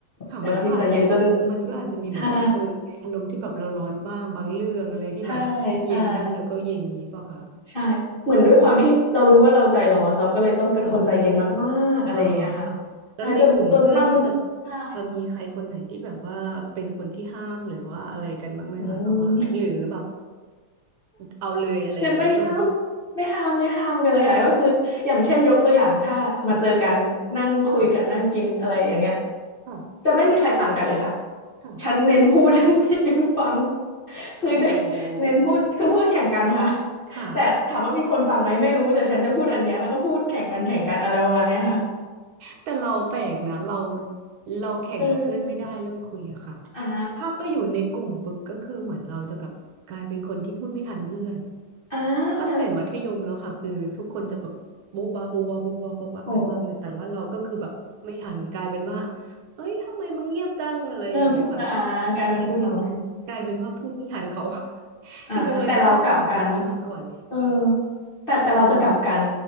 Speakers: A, on the right; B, on the left.
A: ค่ะมันก็อาจจะ
B: ใจร้อนที่ใจเย็นจน
A: มันก็อาจจะมีแบบว่าเออในอารมณ์ที่แบบเราร้อนบ้างบางเรื่องอะไรที่แบบว่าเย็นได้แล้วก็เย็นอย่างนี้เปล่าคะ
B: ใช่ใช่ใช่ใช่เหมือนด้วยความที่เรารู้ว่าเราใจร้อนเราก็เลยต้องเป็นคนใจเย็นมากๆอะไรอย่างเงี้ยค่ะ
A: <laughs> ค่ะอ๋อค่ะแล้วในกลุ่มเพื่อนจะ
B: ใช่จนจนตั้งใช่
A: จะมีใครคนไหนที่แบบว่าเป็นคนที่ห้ามหรือว่าอะไรกันบ้างไหมคะแบบว่าหรือแบบ
B: อืม
A: เอาเลยอะไรอย่างนี้ว่ะ
B: ใช่ไม่ห้ามไม่ห้ามไม่ห้ามกันเลยค่ะก็คืออย่างเช่นยกตัวอย่างถ้ามาเจอกันนั่งคุยกันนั่งกินอะไรอย่างเงี้ย
A: ค่ะค่ะค่ะ
B: จะไม่มีใครฟังกันเลยค่ะ
A: ค่ะ
B: ฉันเน้นพูด <laughs> ฉันไม่เน้นฟังคือเน้นเน้นพูดคือพูดแข่งกันนะคะ
A: อ๋อค่ะ
B: แต่ถามว่ามีคนฟังไหมไม่รู้แต่ฉันจะพูดอันเนี้ยแล้วก็พูดแข่งกันแข่งกันอะไรประมาณเนี้ยค่ะ
A: <laughs> แต่เราแปลกนะเราเราแข่งกับเพื่อนไม่ได้เรื่องคุยอะค่ะ
B: เอออ่า
A: ถ้าไปอยู่ในกลุ่มปุ๊บก็คือเหมือนเราจะแบบกลายเป็นคนที่พูดไม่ทันเพื่อน
B: อ่า
A: ตั้งแต่มัธยมแล้วค่ะคือทุกคนจะแบบโบ๊ะบาโบ๊ะบาโบ๊ะบาโบ๊ะบากันมากเลยแต่ว่าเราก็คือแบบไม่ทันกลายเป็นว่า
B: โอ้
A: เอ้ยทำไมมึงเงียบจังอะไรอย่างเงี้ยค่ะก็เออจริงๆกลายเป็นว่าพูดไม่ทันเขา
B: เออพูดนะอ่ากลายเป็นพูดน้อย
A: <laughs>
B: อ่าแต่เรากลับกัน
A: คือกำลังจะอ้าปากคนนี้มาก่อนแล้วอะไรอย่างเงี้ย
B: เออแต่แต่เราจะกลับกัน
A: อืม